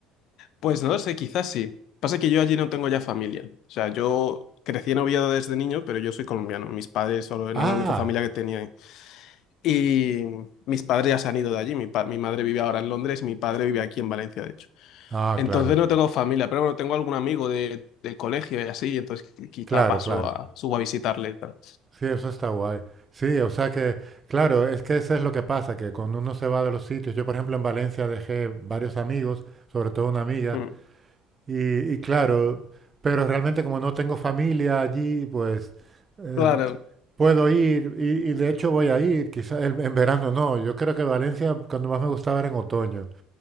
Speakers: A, on the left; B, on the right.
A: Pues no lo sé, quizás sí. Pasa que yo allí no tengo ya familia. O sea, yo crecí en Oviedo desde niño, pero yo soy colombiano. Mis padres solo eran
B: Ah,
A: la única familia que tenía ahí. Y mis padres ya se han ido de allí. Mi, pa- mi madre vive ahora en Londres y mi padre vive aquí en Valencia, de hecho.
B: ah,
A: Entonces
B: claro,
A: no tengo familia, pero bueno, tengo algún amigo de- del colegio y así, entonces qui- quizá
B: claro,
A: paso
B: claro.
A: a, subo a visitarle y tal.
B: Sí, eso está guay. Sí, o sea que, claro, es que eso es lo que pasa, que cuando uno se va de los sitios, yo por ejemplo en Valencia dejé varios amigos, sobre todo una amiga,
A: Mm,
B: y, y claro, pero realmente como no tengo familia allí, pues eh,
A: Claro,
B: puedo ir y, y de hecho voy a ir, quizás en, en verano no, yo creo que Valencia cuando más me gustaba era en otoño,